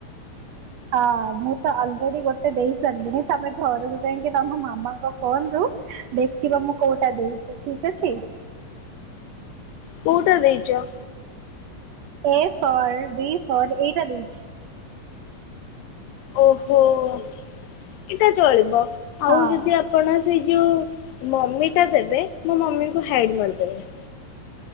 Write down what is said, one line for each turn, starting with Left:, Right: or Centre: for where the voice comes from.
Right: ହଁ ମୁଁ ତ ଅଲରେଡି ଗୋଟେ ଦେଇ ସାରିଲିଣି ତମେ ଘରକୁ ଯାଇକି ତମ ମାମାଙ୍କ ଫୋନ ରୁ ଦେଖିବ ମୁଁ କଉଟା ଦେଇଛି ଠିକ ଅଛି।
Left: କଉଟା ଦେଇଚ?
Right: ଏ ଫର୍ ବି ଫର ଏଇଟା ଦେଇଛି।
Left: ଓହୋ ଏଇଟା ଚଳିବ ଆଉ
Right: ହଁ
Left: ଯଦି ଆପ ଆପଣ ସେଇ ଯଉ ମମିଟା ଦେବେ ମୋ ମମିକୁ ହାଇଡ଼୍ ମାରଦେବେ।